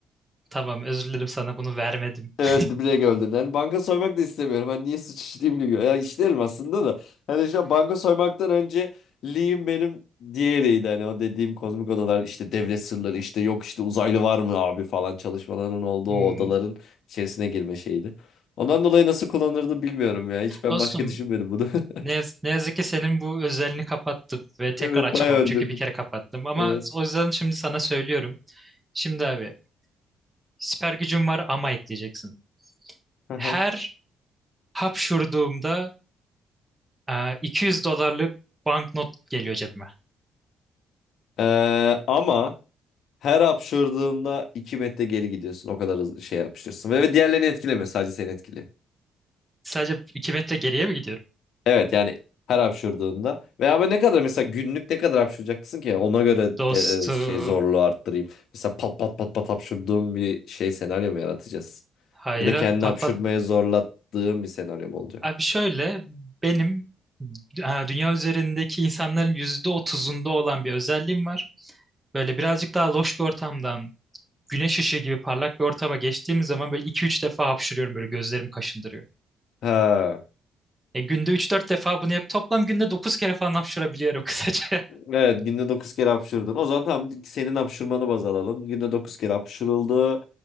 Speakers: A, on the right; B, on the left.
A: tamam özür dilerim sana bunu vermedim.
B: Evet
A: <laughs>
B: duble gördün. Hani banka soymak da istemiyorum. Hani niye suç işleyeyim diyor. Ya işlerim aslında da. Hani şu an banka soymaktan önce Lee'im benim diğeriydi. Hani o dediğim kozmik odalar işte devlet sırları işte yok işte uzaylı var mı abi falan çalışmaların olduğu
A: Hmm.
B: o odaların içerisine girme şeydi. Ondan dolayı nasıl kullanırdı bilmiyorum ya. Hiç ben
A: Dostum
B: başka düşünmedim bunu.
A: Ne,
B: <laughs>
A: yaz- ne yazık ki senin bu özelliğini kapattım ve tekrar
B: Evet
A: açamam
B: bayağı öldürdüm.
A: çünkü bir kere kapattım. Ama
B: Evet.
A: o yüzden şimdi sana söylüyorum. Şimdi abi süper gücüm var ama ekleyeceksin.
B: Aha.
A: Her hapşurduğumda e, 200 dolarlık banknot geliyor cebime.
B: Ee, ama her hapşırdığında 2 metre geri gidiyorsun. O kadar hızlı şey yapışıyorsun. Ve diğerlerini etkilemiyor. Sadece seni etkiliyor.
A: Sadece 2 metre geriye mi gidiyorum?
B: Evet yani her hapşırdığında. Veya ben ne kadar mesela günlük ne kadar hapşıracaksın ki? Ona göre
A: Dostum.
B: de, e, şey zorluğu arttırayım. Mesela pat pat pat pat hapşırdığım bir şey senaryo mu yaratacağız?
A: Hayır
B: Ya da
A: abi,
B: kendini
A: pat
B: hapşırmaya
A: pat.
B: zorlattığım bir senaryo mu olacak?
A: Abi şöyle benim e, dünya üzerindeki insanların %30'unda olan bir özelliğim var. Böyle birazcık daha loş bir ortamdan güneş ışığı gibi parlak bir ortama geçtiğim zaman böyle iki üç defa hapşırıyorum böyle gözlerim kaşındırıyor.
B: Ha.
A: E günde üç dört defa bunu yap toplam günde 9 kere falan hapşırabiliyorum <laughs> kısaca.
B: Evet günde dokuz kere hapşırdın. O zaman tam senin hapşırmanı baz alalım. Günde 9 kere hapşırıldı.